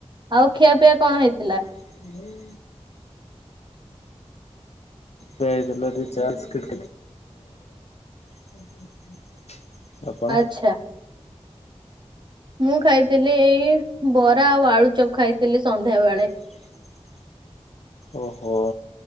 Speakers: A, on the right; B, on the left.
A: ଆଉ ଖିଆପିଆ କଣ ହେଇଥିଲା?
B: <unintelligible> ଟିଫିନ୍ ହେଇଥିଲା ଚା, ବିସ୍କିଟ୍ <unintelligible> ଆପଣ?
A: ଆଛା। ମୁଁ ଖାଇଥିଲି ବରା ଆଉ ଆଳୁଚପ ଖାଇଥିଲି ସନ୍ଧ୍ୟାବେଳେ।
B: <inaudible> ଅହ ଆଉ